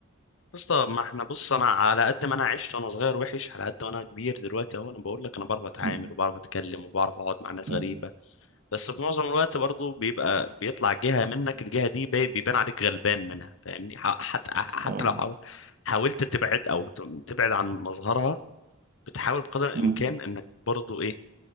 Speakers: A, on the left (about 65°); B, on the right (about 40°).
A: اسطى ما احنا بص انا على قد ما انا عشت وانا صغير وحش على قد ما انا كبير دلوقتي اهو انا بقول لك انا بعرف اتعامل
B: مم.
A: وبعرف اتكلم وبعرف اقعد مع ناس
B: مم.
A: غريبه بس في معظم الوقت برضو بيبقى بيطلع جهه منك الجهه دي بي- بيبان عليك غلبان منها فاهمني ح- حتى حتى
B: آه
A: لو حاول- حاولت تبعد او ت- تبعد عن مظهرها بتحاول بقدر الامكان
B: مم.
A: انك برضو ايه